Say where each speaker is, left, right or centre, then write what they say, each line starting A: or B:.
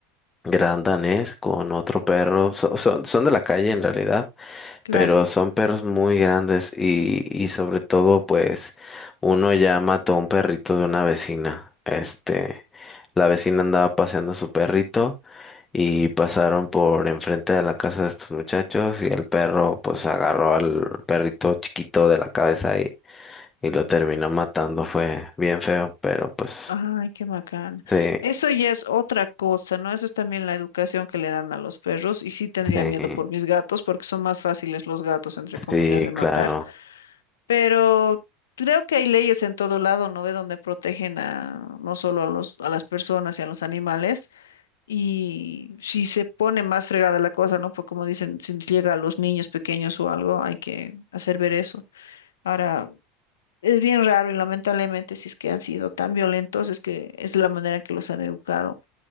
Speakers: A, on the left; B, on the left.
A: gran danés con otro perro, so- son son de la calle en realidad
B: Claro.
A: pero son perros muy grandes y, y sobre todo pues uno ya mató a un perrito de una vecina. Este, la vecina andaba paseando a su perrito y pasaron por enfrente de la casa de estos muchachos y el perro pues agarró al perrito chiquito de la cabeza y, y lo terminó matando. Fue bien feo, pero pues
B: Ay, qué bacán.
A: sí,
B: Eso ya es otra cosa, ¿no? Eso es también la educación que le dan a los perros. Y sí tendría
A: sí,
B: miedo por mis gatos, porque son más fáciles los gatos, entre comillas,
A: sí,
B: de matar.
A: claro.
B: Pero creo que hay leyes en todo lado, ¿no? De donde protegen a, no solo a los, a las personas y a los animales. Y si se pone más fregada la cosa, ¿no? Pues como dicen, si nos llega a los niños pequeños o algo, hay que hacer ver eso. Ahora, es bien raro y lamentablemente si es que han sido tan violentos, es que es la manera en que los han educado.